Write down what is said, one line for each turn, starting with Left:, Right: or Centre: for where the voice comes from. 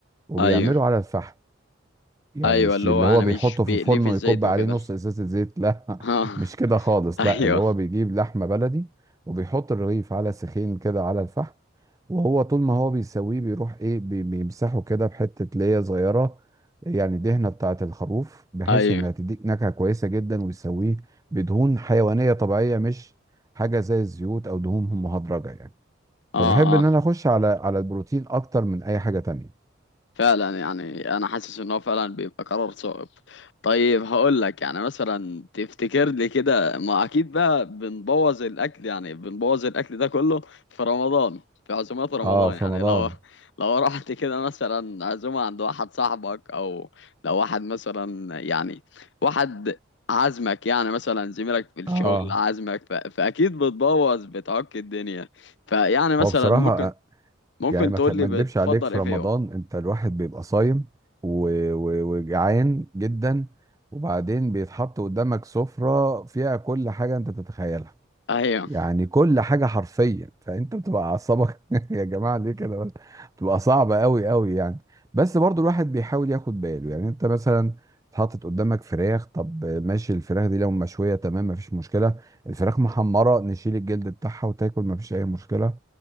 Right: وبيعمله
Left: أيوه
Right: على الفحم يعني
Left: ايوه
Right: مش
Left: اللي
Right: اللي
Left: هو انا
Right: هو بيحطه
Left: مش
Right: في
Left: بيقلي
Right: الفرن
Left: في
Right: ويكب
Left: الزيت وكده
Right: عليه نص
Left: <laughs>
Right: ازازه زيت لا
Left: اه
Right: <laughs> مش كده خالص
Left: ايوه
Right: لا اللي هو بيجيب لحمه بلدي وبيحط الرغيف على سخين كده على الفحم وهو طول ما هو بيسويه بيروح ايه بي- بيمسحه كده بحتة ليا صغيرة يعني دهنة بتاعة الخروف بحيث
Left: ايوه
Right: انها تديك نكهة كويسة جدا ويسويه بدهون حيوانية طبيعية مش حاجة زي الزيوت او دهون مهدرجة يعني
Left: اه
Right: فبحب ان
Left: اه
Right: انا اخش على على البروتين اكتر من اي حاجة تانية
Left: فعلا يعني انا حاسس ان هو فعلا بيبقى قرار صعب طيب هقول لك يعني مثلا تفتكر لي كده ما اكيد بقى بنبوظ الاكل يعني بنبوظ الاكل ده كله في رمضان في عزومات رمضان
Right: اه في
Left: يعني
Right: رمضان
Left: لو لو رحت كده مثلا عزومة عند واحد صاحبك او لو واحد مثلا يعني واحد عازمك يعني مثلا زميلك في الشغل
Right: اه
Left: عازمك ف... فاكيد بتبوظ بتعك الدنيا فيعني مثلا
Right: هو بصراحة
Left: ممكن ممكن
Right: يعني ما
Left: تقول
Right: ت- ما
Left: لي
Right: اكدبش
Left: بتفضل
Right: عليك في
Left: ايه
Right: رمضان
Left: فيهم
Right: انت الواحد بيبقى صايم و... و... وجعان جدا وبعدين بيتحط قدامك سفرة فيها كل حاجة انت تتخيلها
Left: ايوه
Right: يعني كل حاجة حرفيا فانت بتبقى اعصابك <laughs> يا جماعة ليه كده بس بتبقى صعبة قوي قوي يعني بس برضو الواحد بيحاول ياخد باله يعني انت مثلا اتحطت قدامك فراخ طب ماشي الفراخ دي لو مشوية تمام مفيش مشكلة الفراخ محمرة نشيل الجلد بتاعها وتاكل مفيش اي مشكلة